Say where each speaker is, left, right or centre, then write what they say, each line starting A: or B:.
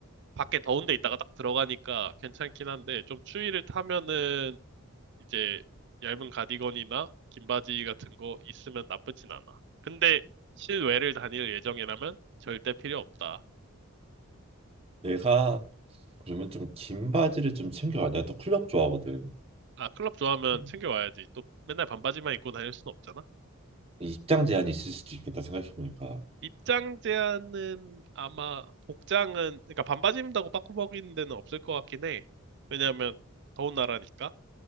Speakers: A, on the right (about 55°); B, on the right (about 25°).
A: 밖에 더운 데 있다가 딱 들어가니까 괜찮긴 한데 좀 추위를 타면은 이제 얇은 가디건이나 긴 바지 같은 거 있으면 나쁘진 않아. 근데 실외를 다닐 예정이라면 절대 필요 없다.
B: 내가 그러면 좀 긴 바지를 좀 챙겨가 내가 또 클럽 좋아하거든
A: 아, 클럽 좋아하면
B: 음,
A: 챙겨와야지. 또 맨날 반바지만 입고 다닐 순 없잖아.
B: 입장 제한이 있을 수도 있겠다 생각해보니까
A: 입장 제한은 아마 복장은 그러니까 반바지 입는다고 빠꾸벅이는 데는 없을 것 같긴 해. 왜냐하면 더운 나라니까.